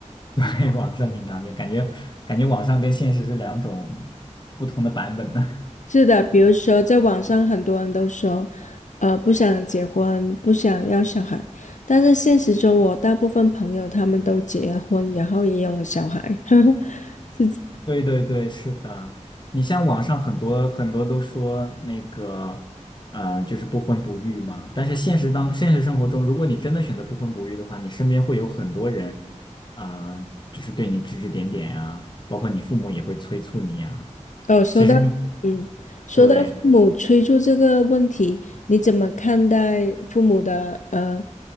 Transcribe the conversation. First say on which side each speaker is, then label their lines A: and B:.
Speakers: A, on the left; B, on the left.
A: <laughs> 对，网上挺常见，感觉感觉网上跟现实是两种不同的版本呢。
B: 是的，比如说在网上很多人都说，呃，不想结婚，不想要小孩，但是现实中我大部分朋友他们都结婚，然后也有了小孩。<laughs> 是这
A: 对对对，是的。你像网上很多很多都说那个，呃，就是不婚不育嘛。但是现实当现实生活中，如果你真的选择不婚不育的话，你身边会有很多人，啊、就是对你指指点点呀，包括你父母也会催促你啊。
B: 哦，说到，
A: 其实你
B: 嗯，说到父母催促这个问题，
A: 对
B: 你怎么看待父母的呃